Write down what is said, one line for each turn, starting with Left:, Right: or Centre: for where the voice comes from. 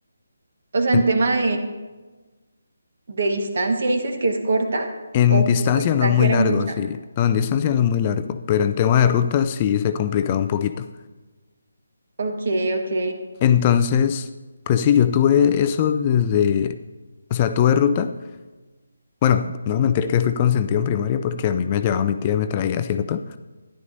Right: O sea,
Left: En,
Right: en tema de, de distancia, ¿dices que es corta
Left: en
Right: o
Left: distancia
Right: con distancia
Left: no es muy
Right: era
Left: largo,
Right: mucha?
Left: sí. No, en distancia no es muy largo, pero en tema de ruta sí se complicaba un poquito.
Right: Ok, ok.
Left: Entonces, pues sí, yo tuve eso desde, o sea, tuve ruta. Bueno, no voy a mentir que fui consentido en primaria porque a mí me llevaba mi tía y me traía, ¿cierto?